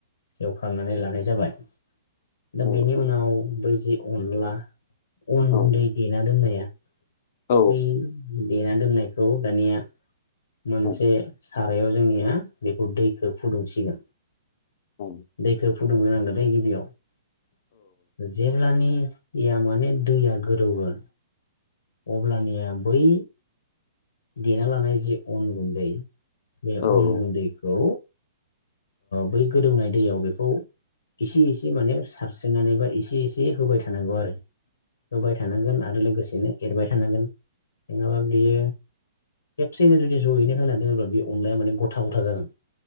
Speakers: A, on the left (about 85°); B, on the left (about 40°).
A: एवखांनानै लानाय जाबाय। दा
B: औ
A: बेनि उनाव बै जि अनला अन
B: औ
A: गुन्दै देना दोननाया
B: औ
A: बै देना दोननायखौ दानिया मोनसे
B: औ
A: सारायाव जोंनिया बेखौ दैखौ फुदुंसिगोन
B: औ
A: दैखौ फुदुंग्रोनांगौ दै गिबियाव जेब्लानि निया माने दैया गोदौगोन अब्लानिया बै देना लानाय जि अन गुन्दै बे
B: औ
A: अन गुन्दैखौ बै गोदौनाय दैयाव बेखौ एसे एसे माने सारस्रिनानै बा एसे एसे होबाय थानांगौ आरो होबाय थानांगोन आरो लोगोसेनो एरबाय थानांगोन नङाबा बियो खेबसेयैनो जुदि जयैनो होना दोनोब्ला बे अनलाया माने गथा गथा जागोन